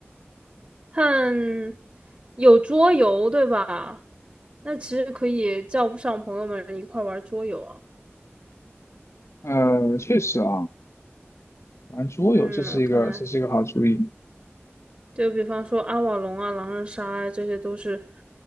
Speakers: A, on the right (about 35°); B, on the left (about 80°).
A: 看有桌游，对吧？那其实可以叫不上朋友们一块玩桌游啊。
B: 呃，确实啊，玩桌游这是一个这是一个好主意。
A: 嗯，我看就比方说阿瓦隆啊、狼人杀啊，这些都是